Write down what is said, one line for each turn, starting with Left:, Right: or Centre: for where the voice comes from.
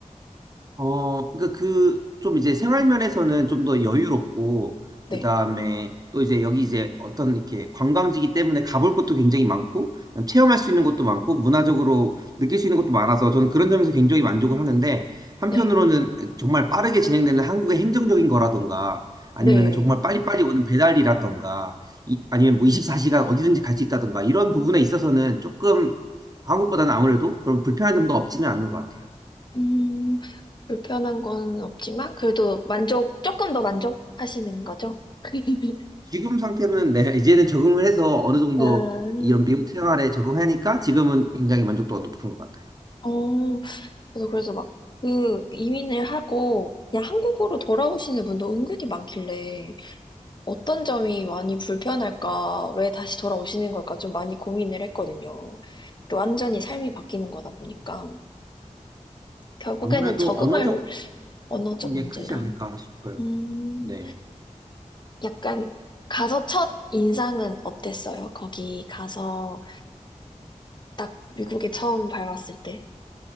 Right: 어, 그러니까 그 좀 이제 생활 면에서는 좀 더 여유롭고
Left: 네,
Right: 그다음에 또 이제 여기 이제 어떤 이렇게 관광지기 때문에 가볼 곳도 굉장히 많고 그다음에 체험할 수 있는 것도 많고 문화적으로 느낄 수 있는 것도 많아서 저는 그런 점에서 굉장히 만족을 하는데 한편으로는
Left: 네,
Right: 정말 빠르게 진행되는 한국의 행정적인 거라던가 아니면은
Left: 네.
Right: 정말 빨리빨리 오는 배달이라던가 이- 아니면 뭐 24시간 어디든지 갈 수 있다던가 이런 부분에 있어서는 조금 한국보다는 아무래도 그런 불편한 점도 없지는 않은 것 같아요.
Left: 음, 불편한 건 없지만, 그래도 만족, 조금 더 만족하시는 거죠. <laughs>
Right: 지금 상태는 네, <laughs> 이제는 적응을 해서 어느 정도
Left: 음,
Right: 이런 미국 생활에 적응하니까 지금은 굉장히 만족도가 높은 것 같아요.
Left: 어, 저도 그래서 막, 그, 이민을 하고, 그냥 한국으로 돌아오시는 분도 은근히 많길래, 어떤 점이 많이 불편할까, 왜 다시 돌아오시는 걸까 좀 많이 고민을 했거든요. 완전히 삶이 바뀌는 거다 보니까. 결국에는
Right: 아무래도
Left: 적응을
Right: 언어적인
Left: 언어적
Right: 게
Left: 문제랑.
Right: 크지 않을까 싶어요.
Left: 음,
Right: 네.
Left: 약간 가서 첫 인상은 어땠어요? 거기 가서 딱 미국에 처음 밟았을 때.